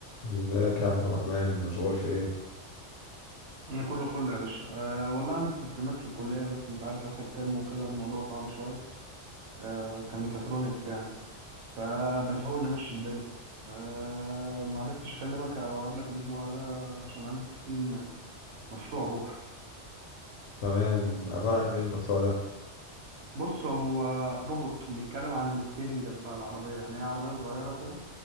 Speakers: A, on the left (about 75°); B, on the right (about 80°).
A: ازيك يا عبد الرحمن مشغول في ايه
B: أنا كله فل يا باشا أه والله عندي تسليمات في الكلية بس أنت عارف آخر ترم وكده الموضوع صعب شوية أه كميكاترونكس يعني فبنحاول نمشي الدنيا أه معرفتش أكلمك أو أقابلك الأسبوع ده عشان عندي تسليم مشروع بكرة
A: تمام عبارة عن ايه المشروع ده
B: بص هو روبوت بيتكلم عن الستيرنج بتاع العربية يعني هي عربية صغيرة كده